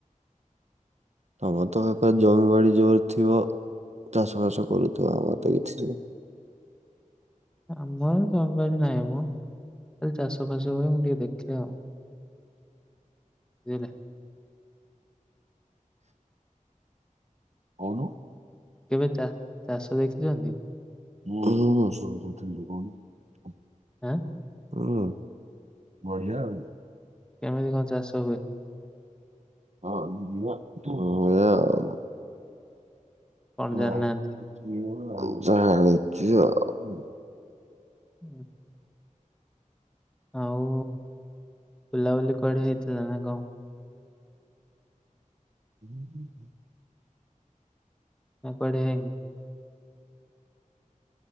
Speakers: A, on the right (about 55°); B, in the centre.
A: ତମରତ ସେପଟେ ଜମିିବାଡି ଜୋର ଥିବ ଚାଷ ବାସ କରୁଥିବ ଆମରତ କିଛି ନାହିଁ।
B: ଆମର ଜମିବାଡ଼ି ନାହିଁମ ଖାଲି ଚାଷ ଫାସ ହୁଏ ମୁଁ ଟିକେ ଦେଖେ ଆଉ। <inaudible>
A: କୋହୁନୁ।
B: କେବେ ଚା ଚାଷ ଦେଖୁଛନ୍ତି।
A: <inaudible>
B: ଆଁ
A: ହୁଁ। ବଢିଆ ଆଉ
B: କେମିତି କଣ ଚାଷ ହୁଏ।
A: ହଁ ଏଇଆ ଆଉ।
B: କଣ
A: ହ
B: ଜାଣିନାହାନ୍ତି
A: ଏ ଜାଣିଛି ଆଉ।
B: ହୁଁ। ଆଉ ବୁଲାବୁଲି କୁଆଡେ ହେଇଥିଲା ନା କଣ।
A: <inaudible>
B: ଆଉ କୁଆଡେ ଯାଇ